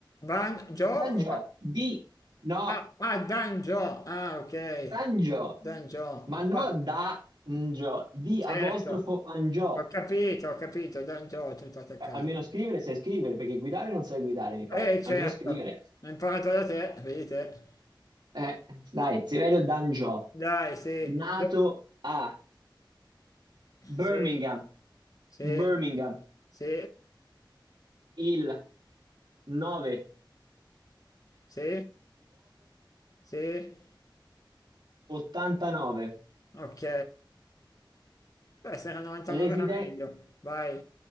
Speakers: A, on the left; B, on the right.
A: Banjo?
B: Dangio,
A: o Va-
B: di... No,
A: Ah, ah, Danjo, ah, ok.
B: Dangio.
A: Danjo,
B: Ma no
A: vabbè,
B: Dangio, di
A: certo.
B: apostrofo Angio.
A: Ho capito, ho capito, Danjo, tutto attaccato.
B: Eh, almeno scrivere sai scrivere, perché guidare non sai guidare, mi pare.
A: Eh, certo,
B: Almeno scrivere.
A: ho imparato da te, vedi te.
B: Eh, dai, Severio Dangio,
A: Dai, sì,
B: nato
A: Do-
B: a Birmingham,
A: sì, sì.
B: Birmingham,
A: Sì,
B: il 9,
A: sì, sì,
B: 989.
A: ok. Beh, se era 99
B: Residente...
A: era meglio. Vai,